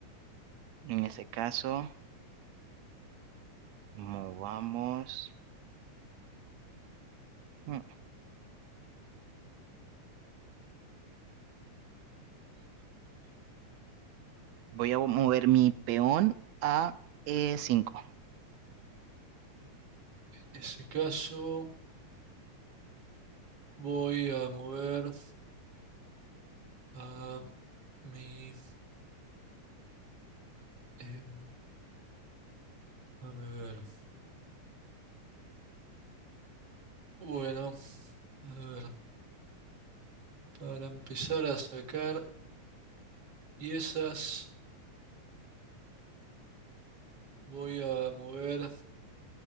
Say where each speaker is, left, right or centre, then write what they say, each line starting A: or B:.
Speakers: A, on the right; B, on the right.
A: En ese caso, movamos. Mm, Voy a mover mi peón a E5.
B: En ese caso, voy a mover a mi... em, dame ver. Bueno, a ver, para empezar a sacar piezas, voy a mover